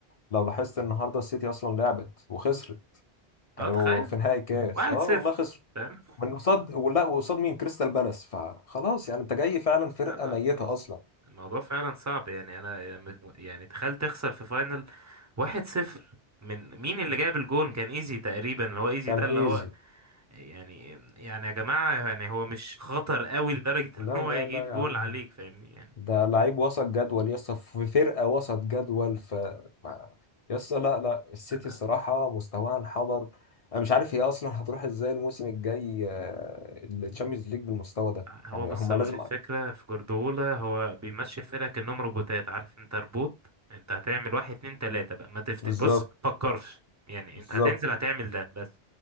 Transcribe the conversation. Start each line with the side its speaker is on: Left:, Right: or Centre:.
Left: لو لاحظت النهاردة السيتي اصلا لعبت وخسرت كانوا
Right: اه تخيل
Left: في نهائي الكاس
Right: واحد
Left: اه
Right: صفر
Left: والله خسروا
Right: فاهم
Left: من قصاد ولا وقصاد مين كريستال بالاس فخلاص يعني انت جاي فعلا فرقة
Right: لا لا
Left: ميتة
Right: خلاص
Left: اصلا
Right: الموضوع فعلا صعب يعني انا يعني تخيل تخسر في فاينل واحد صفر من مين اللي جايب الجون كان ايزي تقريبا اللي هو ايزي
Left: كان
Right: ده
Left: ايزي
Right: اللي هو يعني يعني يا جماعة يعني هو مش خطر قوي لدرجة
Left: لا
Right: <laughs> ان هو
Left: لا
Right: يجيب
Left: لا يا
Right: جون
Left: عم
Right: عليك فاهمني يعني
Left: ده لعيب وسط جدول يسطا في فرقة وسط جدول ف ما- يسطا لا لا السيتي
Right: أنا
Left: الصراحة مستواها انحدر أنا مش عارف هي أصلا هتروح إزاي الموسم الجاي الشامبيونز ليج بالمستوى ده
Right: هو
Left: يعني
Right: بص
Left: هما
Right: بقى
Left: لازم
Right: الفكرة في جوارديولا هو بيمشي الفرقة كأنهم روبوتات عارف انت روبوت انت هتعمل واحد اتنين تلاتة بقى ما تفت
Left: بالظبط
Right: بص ما تفكرش يعني
Left: بالظبط
Right: انت هتنزل هتعمل ده بس